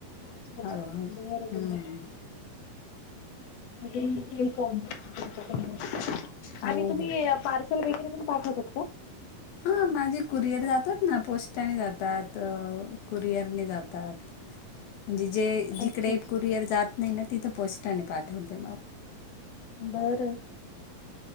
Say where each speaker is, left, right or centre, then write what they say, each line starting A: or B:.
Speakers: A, on the left; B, on the left.
A: अच्छा अच्छा
B: हळूहळू
A: बरं
B: हम.
A: बरं आणि तुम्ही तेल कोणत वापरता तुम्ही?
B: हो
A: आणि तुम्ही
B: हो
A: पार वगैरे प पाठतात का?
B: हा माझी कुरिअर जातात ना पोस्टाने जातात कुरिअरने जातात.
A: <inaudible>
B: म्हणजे जे जिकडे
A: अच्छा अच्छा
B: कुरिअर जात नाही ना तिथं पोस्टाने पाठवते.
A: बरं